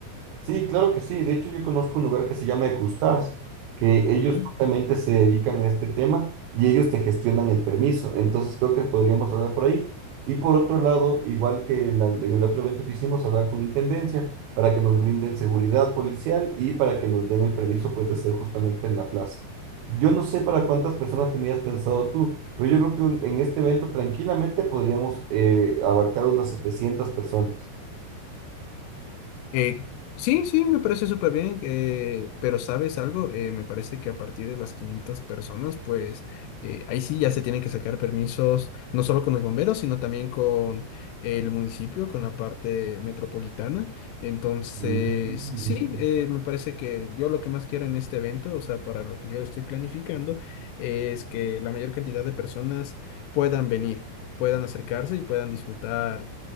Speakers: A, on the right (about 80°); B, on the left (about 80°).
A: Sí, claro que sí. De hecho, yo conozco un lugar que se llama Ecustars, que ellos
B: Ok.
A: justamente se dedican a este tema y ellos te gestionan el permiso. Entonces, creo que podríamos hablar por ahí. Y por otro lado, igual que en, la- en el otro evento que hicimos, hablar con Intendencia para que nos brinden seguridad policial y para que nos den el permiso, pues, de hacer justamente en la plaza. Yo no sé para cuántas personas tenías pensado tú, pero yo creo que un- en este evento tranquilamente podríamos eh, abarcar unas setecientas personas.
B: Eh, sí, sí, me parece súper bien, eh, pero ¿sabes algo? Eh, me parece que a partir de las 500 personas, pues eh, ahí sí ya se tienen que sacar permisos, no solo con los bomberos, sino también con el municipio, con la parte metropolitana. Entonces,
A: Mm.
B: sí, eh, me parece que yo lo que más quiero en este evento, o sea, para lo que yo estoy planificando, es que la mayor cantidad de personas puedan venir, puedan acercarse y puedan disfrutar